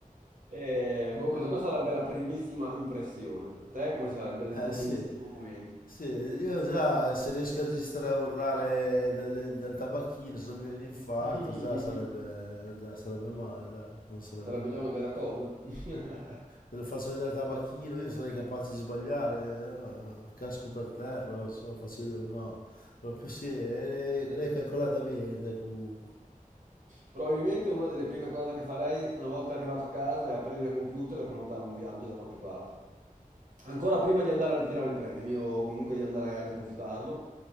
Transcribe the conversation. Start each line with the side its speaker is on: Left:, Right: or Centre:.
Right: E, boh, questa qua sarebbe la primissima impressione. Te come sarebbe il
Left: Eh
Right: tuo
Left: sì.
Right: primissimo momento?
Left: Sì, io già se riesco a registrare a urlare dal, dal tabacchino, se non mi viene l'infarto,
Right: <laughs>
Left: già sarebbe, già sarebbe male, dai, non sarebbe
Right: Sarebbe
Left: male.
Right: già una bella cosa. <laughs>
Left: Se lo faccio vedere il tabacchino, io sarei capace di sbagliare, eh, casco per terra, non so, faccio vedere, no. Proprio sì, eh, l'hai calcolata bene, te, comunque.
Right: Probabilmente una delle prime cose che farei una volta arrivato a casa è aprire il computer e prenotare un viaggio da qualche parte. Ancora prima di andare a ritirare il premio o comunque di andare a depositarlo,